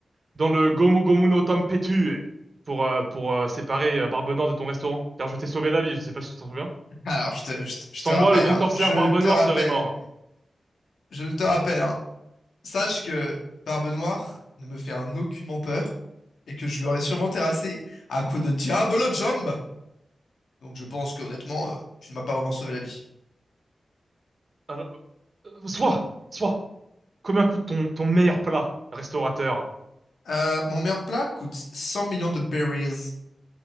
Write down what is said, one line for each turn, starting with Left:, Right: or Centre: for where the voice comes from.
Right: dans le Gomu Gomu no Tempetue pour, euh, pour euh, séparer euh, Barbenant de ton restaurant, car je t'ai sauvé la vie, je sais pas si tu t'en souviens.
Left: Alors, je te, je te je
Right: Sans
Left: te rappelle,
Right: moi, le grand
Left: hein,
Right: corsaire
Left: je le
Right: Barbe
Left: te
Right: Noire
Left: rappelle,
Right: serait mort.
Left: je le te rappelle, hein. Sache que Barbe Noire ne me fait en aucunement peur et que je l'aurais sûrement terrassé à coups de Diabolo Jump. Donc je pense que honnêtement, euh, tu ne m'as pas vraiment sauvé la vie.
Right: Alors, euh, soit, soit, combien coûte ton, ton meilleur plat, restaurateur?
Left: Euh, mon meilleur plat coûte 100 millions de berries.